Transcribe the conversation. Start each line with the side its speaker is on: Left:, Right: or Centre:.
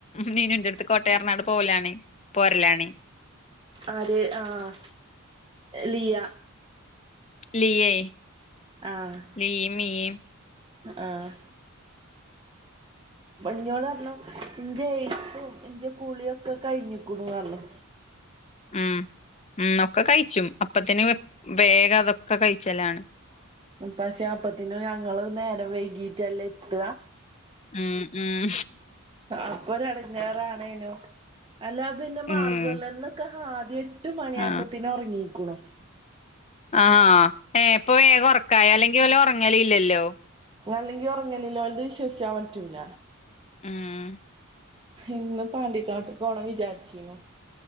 Left: നീനുന്റെ അടുത്ത് കോട്ടെ പറഞ്ഞി പോവലാണ് പോരലാണ്.
Right: ആര് ആഹ് ലിയ.
Left: ലിയേ
Right: ആഹ്
Left: ലിയേം മിയേം
Right: ആഹ് ഞ്ഞോൾ പറഞ്ഞു ഇഞ്ചേ ക്കും ഇന്റെ കുളിയൊക്കെ കഴിഞ്ഞിക്ക്ണു പർഞ്ഞു.
Left: ഉമ് ഉമ് ഒക്കെ കഴിച്ചും അപ്പത്തിന് വേഗം അതൊക്കെ കഴിച്ചലാണ്.
Right: ഉമ് പക്ഷെ അപ്പത്തിനു ഞങ്ങള് നേരെ വൈകീട്ടല്ലേ എത്ത
Left: ഉം. ഉം.
Right: അപ്പൊരു എടങ്ങാറാണേനോ. അല്ല പിന്നെ മാർഗം
Left: ഉം.
Right: ല്ല ഇന്നൊക്കെ ആതി എട്ട് മണി
Left: ആ.
Right: ആയപ്പത്തിനെ ഉറങ്ങീക്ക്ണു.
Left: ആഹ് ഏഹ് ഇപ്പൊ വേഗം ഉറക്കായി അല്ലെങ്കി ഓല് ഉറങ്ങല് ഇല്ലല്ലോ
Right: അല്ലെങ്കി ഉറങ്ങല്ലില്ല ഓൽതെ വിശ്വസിക്കാൻ പറ്റൂല
Left: ഉമ്
Right: ഇന്ന് പാണ്ടിക്കാട്ട് പോണം വിചാരിച്ചിനൂ